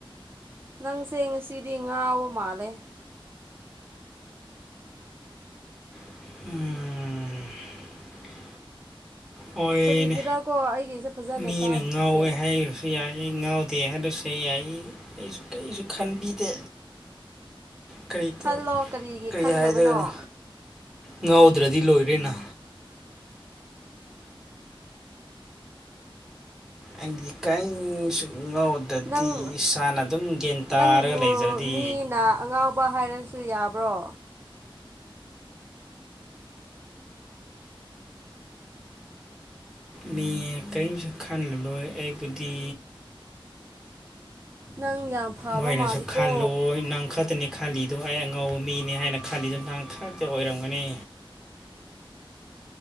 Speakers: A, on the right; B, in the centre.
A: ꯅꯪꯁꯦ ꯉꯁꯤꯗꯤ ꯉꯥꯎꯕ ꯃꯥꯜꯂꯦ
B: <unintelligible> ꯍꯣꯏꯅꯦ
A: ꯀꯔꯤꯒꯤꯔꯥꯀꯣ ꯑꯩꯒꯤꯁꯦ ꯐꯖꯅ
B: ꯃꯤꯅ
A: ꯇꯥꯗ꯭ꯔꯤꯁꯦ
B: ꯉꯥꯎꯋꯦ ꯍꯥꯏꯔ ꯌꯥꯏ ꯉꯥꯎꯗꯦ ꯍꯥꯏꯔꯁꯨ ꯌꯥꯏ ꯑꯩꯁꯨ ꯀꯩꯁꯨ ꯈꯟꯕꯤꯗꯦ ꯀꯔꯤ ꯇꯧ
A: ꯈꯜꯂꯣ ꯀꯔꯤꯒꯤ
B: ꯀꯔꯤ
A: ꯈꯟꯗꯕꯅꯣ
B: ꯍꯥꯏꯗꯣꯏꯅꯣ ꯉꯥꯎꯗ꯭ꯔꯗꯤ ꯂꯣꯏꯔꯦꯅ ꯑꯗꯤ ꯀꯥꯏꯁꯨ <unintelligible> ꯗꯗꯤ
A: ꯅꯪ
B: ꯏꯁꯥꯅ ꯑꯗꯨꯝ ꯒꯟ ꯇꯥꯔꯒ
A: ꯅꯪꯕꯨ
B: ꯂꯩꯖꯕꯗꯤ
A: ꯃꯤꯅ ꯑꯉꯥꯎꯕ ꯍꯥꯏꯔꯁꯨ ꯌꯥꯕ꯭ꯔꯣ
B: ꯃꯤ ꯀꯔꯤꯝꯁꯨ ꯈꯜꯂꯔꯣꯏ ꯑꯩꯕꯨꯗꯤ
A: ꯅꯪ ꯌꯥꯝ ꯐꯕ
B: ꯃꯣꯏꯅꯁꯨ
A: ꯃꯥꯜꯂꯤꯀꯣ
B: ꯈꯜꯂꯨ ꯅꯪ ꯈꯛꯇꯅꯤ ꯈꯥꯂꯤꯗꯣ ꯑꯩ ꯑꯉꯧꯕ ꯃꯤꯅꯤ ꯍꯥꯏꯅ ꯈꯥꯂꯤꯗꯨꯣ ꯅꯥꯡ ꯈꯥꯛꯇ ꯑꯣꯏꯔꯝꯒꯅꯤ